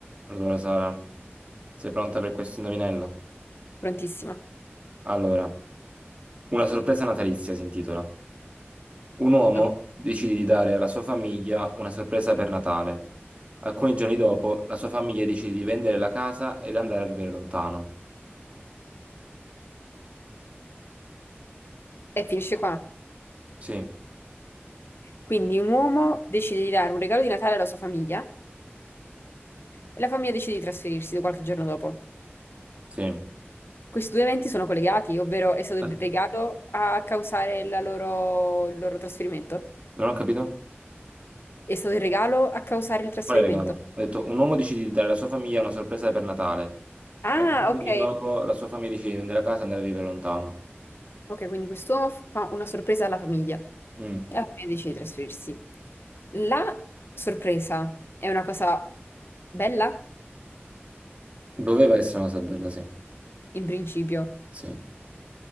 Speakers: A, on the right; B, on the left.
A: Allora, Sara, sei pronta per questo indovinello?
B: Prontissima.
A: Allora, una sorpresa natalizia si intitola. Un uomo
B: Ok.
A: decide di dare alla sua famiglia una sorpresa per Natale. Alcuni giorni dopo, la sua famiglia decide di vendere la casa ed andare a vivere lontano.
B: E finisce qua.
A: Sì,
B: Quindi un uomo decide di dare un regalo di Natale alla sua famiglia e la famiglia decide di trasferirsi qualche giorno dopo.
A: sì.
B: Questi due eventi sono collegati, ovvero è stato
A: Ah,
B: il regalo a causare la loro- il loro trasferimento.
A: Non ho capito?
B: È stato il regalo a causare il trasferimento.
A: Qual è il regalo? Ho detto, un uomo decide di dare alla sua famiglia una sorpresa per Natale.
B: Ah,
A: Alcuni giorni
B: ok.
A: dopo, la sua famiglia decide di vendere la casa e andare a vivere lontano.
B: Ok, quindi quest'uomo fa una sorpresa alla famiglia e
A: Mm.
B: la famiglia decide di trasferirsi. La sorpresa è una cosa bella,
A: Doveva essere una cosa bella, sì.
B: in principio.
A: Sì.